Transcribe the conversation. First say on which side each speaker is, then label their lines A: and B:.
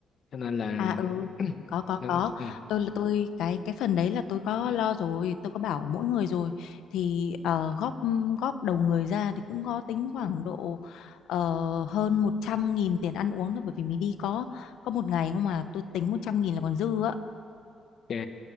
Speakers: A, on the left; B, on the left.
A: cho nên là
B: à ừ,
A: <clears throat>
B: có có có.
A: ừ,
B: Tôi là tôi cái cái phần đấy là tôi có lo rồi, tôi có bảo mỗi người rồi thì ờ, góp góp đầu người ra thì cũng có tính khoảng độ ờ, hơn 100 nghìn tiền ăn uống thôi bởi vì mình đi có có một ngày không mà tôi tính 100 nghìn là còn dư á.
A: ok